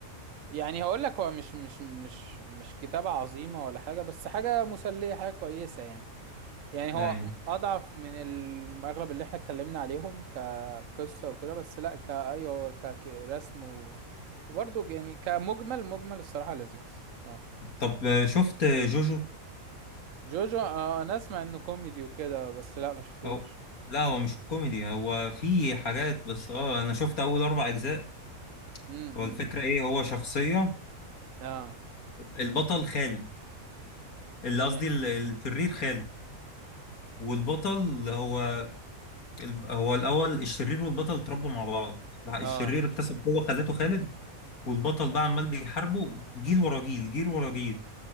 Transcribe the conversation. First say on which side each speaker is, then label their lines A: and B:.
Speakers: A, on the right; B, on the left.
A: يعني هقول لك هو مش مش مش مش كتابة عظيمة ولا حاجة بس حاجة مسلية حاجة كويسة يعني يعني هو
B: يعني
A: م- أضعف من ال- أغلب اللي احنا اتكلمنا عليهم كقصة وكده بس لا كأيوه هو ك- كرسم و... وبرضه يعني كمجمل مجمل الصراحة لذيذ اه
B: طب آه، شفت جوجو
A: جوجو آه أنا أسمع إنه كوميدي وكده بس لا ما شفتوش
B: او لا هو مش كوميدي هو في حاجات بس اه انا شفت اول اربع اجزاء
A: امم
B: هو الفكره ايه هو شخصيه
A: اه
B: البطل خالد اللي قصدي
A: يع-
B: ال- الشرير خالد والبطل هو الب- هو الاول الشرير والبطل اتربوا مع بعض لا،
A: اه
B: الشرير
A: اه
B: اكتسب قوه خلته خالد والبطل بقى عمال بيحاربه جيل ورا جيل جيل ورا جيل